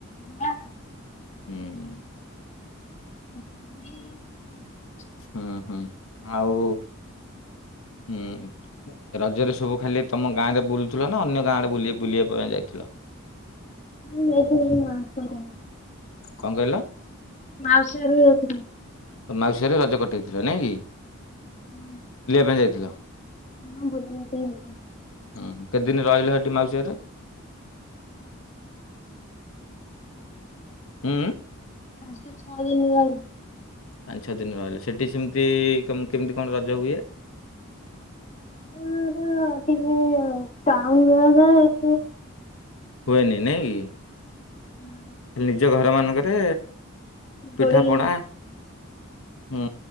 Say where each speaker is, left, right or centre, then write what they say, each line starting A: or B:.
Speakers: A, on the left; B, on the left.
A: ନାଆ
B: ହୁଁ ହୁଁ
A: ତ କିଏ ଏଇଠି
B: ଓହୋଃ ଆଉ ହୁଁ ରଜ୍ୟରେ ସବୁ ଖାଲି ତମ ଗାଁ ରେ ବୁଲୁଥିଲ ନା ଅନ୍ୟ ଗାଁ ଆଡ଼େ ବୁଲି ବୁଲିବା ପାଇଁ ଯାଇଥିଲ ହଁ
A: ଏଇଠି ଏଇ ମା ଙ୍କ ପାଇଁ
B: କଣ କହିଲ
A: ମାଉସି ଘରକୁ ଯାଇଥିଲି
B: ତମ ମାଉସୀ ଘରେ ରଜ କଟେଇଥିଲା ନାଇଁ କି
A: ହୁଁ
B: କୁଆଡ଼େ ଯାଇଥିଲ
A: ବୁଲିବାକୁ ଯାଇଥିଲି
B: ହୁଁ କେତେ ଦିନ ରହିଲ ସେଠି ମାଉସୀ ଘରେ ହୁଁ ଉଁ
A: ପାଞ୍ଚ ଛଅ ଦିନ ରହିଲି
B: ପାଞ୍ଚ ଛଅ ଦିନ ରହିଲ ସେଠି ସେମିତି କେମିତି କଣ ରଜ ହୁଏ
A: ହ ଟ ତାଉନୁରେ
B: ହୁଏନି ନାଇଁ କି
A: ହୁଁ
B: ନିଜ ଘରମାନଙ୍କରେ
A: ଦୋଳି
B: ପିଠାପଣା ହୁଁ